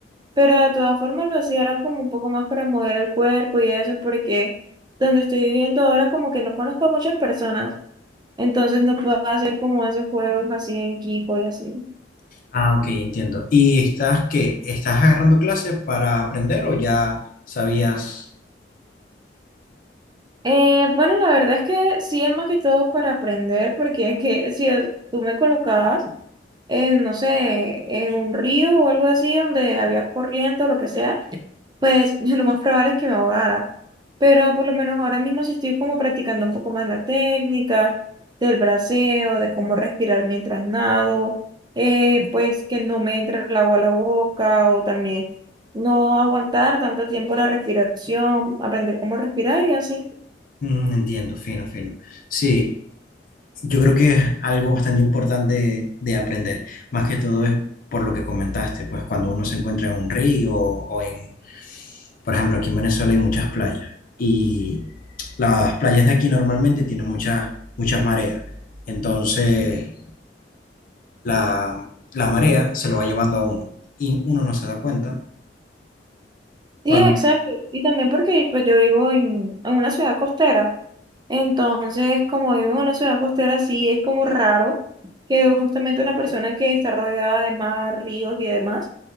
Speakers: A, on the right; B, on the left.
A: pero de todas formas lo hacía era como un poco más para mover el cuerpo y eso, porque donde estoy viviendo ahora como que no conozco a muchas personas. Entonces no puedo hacer como esos juegos así en equipo y así.
B: ah, ok, entiendo. ¿Y estás qué? ¿Estás agarrando clases para aprender o ya sabías?
A: Eh, bueno, la verdad es que sí es más que todo para aprender, porque es que si es- tú me colocabas en, no sé, en un río o algo así donde había corriente o lo que sea, pues <laughs> lo más probable es que me ahogara. Pero por lo menos ahora mismo sí estoy como practicando un poco más la técnica del braceo, de cómo respirar mientras nado, eh, pues que no me entre el agua a la boca o también no aguantar tanto tiempo la respiración, aprender cómo respirar y así.
B: Mm, entiendo, fino, fino. Sí, yo creo que es algo bastante importante de aprender. Más que todo es por lo que comentaste, pues cuando uno se encuentra en un río o en, por ejemplo, aquí en Venezuela hay muchas playas y las playas de aquí normalmente tienen muchas, muchas mareas. Entonces, la, la marea se lo va llevando a uno y uno no se da cuenta
A: Sí,
B: cuando...
A: exacto. Y también porque pues yo vivo en, en una ciudad costera. Entonces, como vivo en una ciudad costera, sí es como raro que justamente una persona que está rodeada de mar, ríos y demás,